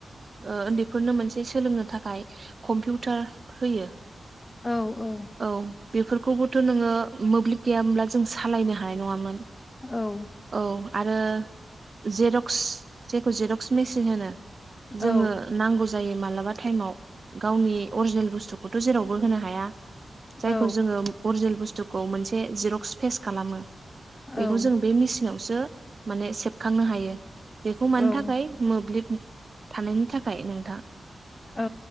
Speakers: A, on the right (about 40°); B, on the left (about 25°).
A: ओन्दैफोरनो मोनसे सोलोंनो थाखाय कम्पिउटार होयो
B: औ औ
A: औ बेफोरखौबोथ नोङो मोब्लिब गैयामोनब्ला जों सालायनो हानाय नङामोन
B: औ
A: औ आरो जेरक्स जेखौ जिरक्स मेसिन होनो
B: औ
A: जोङो नांगौ जायो मालाबा टाइमाव गावनि अरिजिनेल बुस्थुखौथ जेरावबो होनो हाया जायखौ
B: औ
A: जोङो अरिजिनेल बुस्थुखौ मोनसे जेरक्स फेस खालामो
B: औ
A: बेखौ जों बे मेचिनावसो माने सेबखांनो हायो बेखौ मानो
B: औ
A: थाखाय मोब्लिब थानायनि थाखाय नोंथां
B: औ